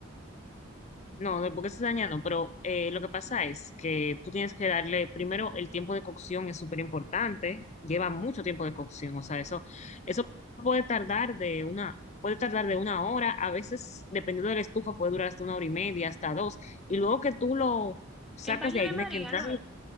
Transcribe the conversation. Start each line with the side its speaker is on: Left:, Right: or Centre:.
Left: No, de por qué se daña no, pero eh, lo que pasa es que tú tienes que darle, primero, el tiempo de cocción es súper importante, lleva mucho tiempo de cocción, o sea, eso, eso puede tardar de una, puede tardar de una hora, a veces, dependiendo de la estufa, puede durar hasta una hora y media, hasta dos, y luego que tú lo sacas
Centre: En baño
Left: de
Centre: de
Left: ahí, tiene
Centre: María,
Left: que entrar,
Centre: ¿no es?